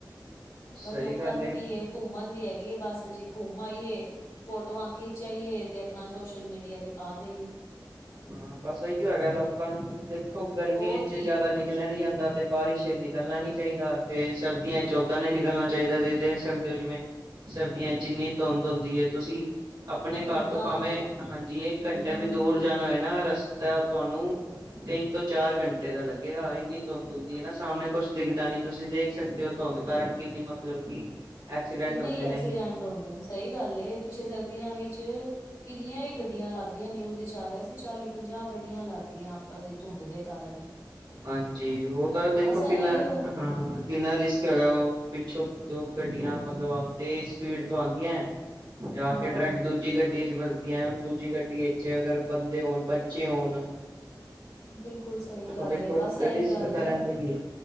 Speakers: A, on the left (about 75°); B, on the right (about 75°).
A: <inaudible>
B: ਸਹੀ
A: ਲੋਕਾਂ
B: ਗੱਲ
A: ਨੂੰ ਕੀ ਏ ਘੁੰਮਣ ਦੀ ਹੈਗੀ ਏ ਬਸ ਜੀ ਘੁੰਮ ਆਈਏ, ਫੋਟੋਆਂ ਖਿੱ ਚ ਆਈਏ 'ਤੇ ਆਪਣਾ ਸੋਸ਼ਲ ਮੀਡੀਆ 'ਤੇ ਪਾ ਦੇਈਏ।
B: ਹਾਂ ਬਸ ਏਈਓ ਹੈਗਾ ਲੋਕਾਂ ਨੂੰ ਵੀ ਦੇਖੋ ਗਰਮੀ
A: ਹੋਰ
B: ਵਿੱਚ
A: ਕੀ
B: ਜਿਆਦਾ ਨੀ ਨਿਕਲਿਆ ਨੀ ਜਾਂਦਾ 'ਤੇ ਬਾਰਿਸ਼ ਵਿੱਚ ਨਿਕਲਣਾ ਨੀ ਚਾਈਦਾ 'ਤੇ ਸਰਦੀਆਂ 'ਚ ਉਦਾਂ ਨੀ ਨਿਕਲਣਾ ਚਾਈਦਾ ਤੁਸੀਂ ਦੇਖ ਸਕ ਦੇ ਜਿਵੇਂ ਸਰਦੀਆਂ 'ਚ ਇੰਨੀ ਧੁੰਦ ਹੁੰਦੀ ਏ ਤੁਸੀਂ ਆਪਣੇ
A: ਧੁੰਦ
B: ਘਰ
A: ਨਾਲ
B: ਤੋਂ ਭਾਵੇਂ ਹਾਂਜੀ ਇੱਕ
A: ਹਮ
B: ਘੰਟਾ ਵੀ ਦੂਰ ਏਨਾ ਰਸਤਾ ਤੁਹਾਨੂੰ ਤਿੰਨ ਤੋਂ ਚਾਰ ਘੰਟੇ ਦਾ ਲੱਗੇਗਾ ਇੰਨੀ ਧੁੰਦ ਹੁੰਦੀ ਏ ਨਾ ਸਾਹਮਣੇ ਕੁਛ ਦਿਖਦਾ ਨੀ ਤੁਸੀਂ ਦੇਖ ਸਕਦੇ ਓ ਧੁੰਦ ਕਾਰਨ ਕਿੰਨੀ ਮਤਲਬ ਕਿ ਐਕਸੀਡੈਂਟ
A: ਕਿੰਨੇ
B: ਹੁੰਦੇ
A: ਈ ਐਕਸੀਡੈਂਟ
B: ਨੇ
A: ਹੁੰਦੇ ਨੇ ਸਈ ਗੱਲ ਏ ਪਿੱਛੇ ਸਰਦੀਆਂ ਵਿੱਚ ਕਿੰਨੀਆਂ ਈ ਗੱਡੀਆਂ ਲੱਗ ਗੀਆਂ ਨਿਊਜ਼ ਵਿਚ ਆ ਰਿਹਾ ਸੀ ਚਾਲੀ-ਪੰਜਾਹ ਗੱਡੀਆਂ ਲੱਗ ਗਈਆਂ ਆਪਸ 'ਚ ਧੁੰਦ ਦੇ ਕਾਰਨ।
B: ਹਾਂਜੀ ਓ ਤਾਂ ਦੇਖੋ
A: ਬਸ ਇਹੀਓ
B: ਕਿੰਨਾ ਹਾਂ ਕਿੰਨਾ ਰਿਸਕ ਹੈਗਾ ਓ ਪਿੱਛੋਂ ਦੋ ਗੱਡੀਆਂ ਮਤਲਬ ਆ ਤੇਜ਼ ਸਪੀਡ ਤੋਂ ਆਂਦੀ ਐ ਤੇ ਆ
A: ਹਾਂ
B: ਕੇ ਡਰੈਕਟ ਦੂ ਜੀ ਗੱਡੀ 'ਚ ਵਜਦੀ ਐ ਦੂਜੀ ਗੱਡੀ ਵਿਚ ਅਗਰ ਬੰਦੇ ਹੋਣ, ਬੱਚੇ ਹੋਣ।
A: ਬਿਲਕੁੱਲ ਸਈ ਗੱਲ
B: ਤਾਂ ਦੇਖੋ
A: ਏ ਬਸ ਐਈ
B: ਰਿਸਕ
A: ਗੱਲ
B: ਤਾਂ
A: ਏ ਨਾ।
B: ਰਹਿੰਦਾ ਹੀ ਹੈ